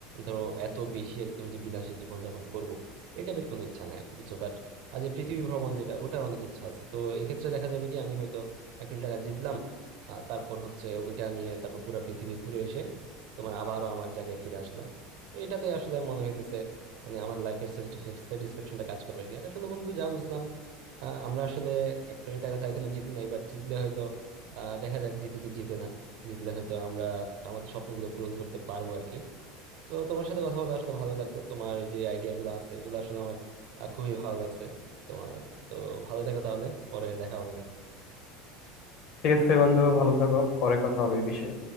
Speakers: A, on the right (about 70°); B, on the left (about 55°).
A: ধরো এত বেশি একদম যে বিলাসী জীবনযাপন করবো এটা বের কোনো ইচ্ছা নাই আর কি বুঝছো বাট আজ যে পৃথিবী ভ্রমণ যেটা ওটার অনেক ইচ্ছা আছে তো এই ক্ষেত্রে দেখা যাবে কি আমি হয়তো এক কোটি টাকা জিতলাম আহ, তারপর হচ্ছে ওইটা নিয়ে তারপর পুরো পৃথিবী ঘুরে এসে তোমার আবারও আমার জায়গায় ফিরে আসলাম তো এটাতে আসলে মনে হইতেছে মানে আমার লাইফের স্যাটিসফ্যাকশনটা কাজ করবে কি আসলে বন্ধু যা বুঝলাম আহ, আমরা আসলে এক কোটি টাকা তো এখনো জিতি নাই বাট জিতলে হয়তো আহ, দেখা যাক জিতি কি জিতে না জিতলে হয়তো আমরা আমাদের স্বপ্নগুলো পূরণ করতে পারবো আর কি তো তোমার সাথে কথা বলে আসলে ভালোই লাগলো তোমার যে আইডিয়া গুলো আছে এগুলো আসলে আমার আহ, খুবই ভালো লাগছে তোমার তো ভালো থেকো তাহলে পরে দেখা হবে না
B: ঠিক আছে বন্ধু ভালো থাকো পরে কথা হবে এই বিষয়ে